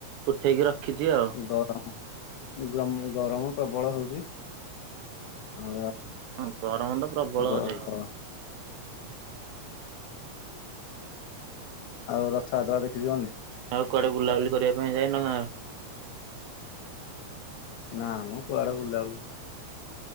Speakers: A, on the right; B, on the left.
A: ଉଠେଇକି ରଖିଛି ଆଉ।
B: ଗରମ ଗ ଗରମ ପ୍ରବଳ ହଉଛି। ଆଉ
A: ହଁ ଗରମ ତ ପ୍ରବଳ
B: ଗ
A: ହଉଛି।
B: ଗ ଆଉ ରଥଯାତ୍ରା ଦେଖିଯିବନି?
A: ଆଉ କୁଆଡେ ବୁଲାବୁଲି କରିବା ପାଇଁ ଯାଇନ ଗାଁ?
B: ନାଁ ମୁଁ କୁଆଡେ ବୁଲାବୁଲି।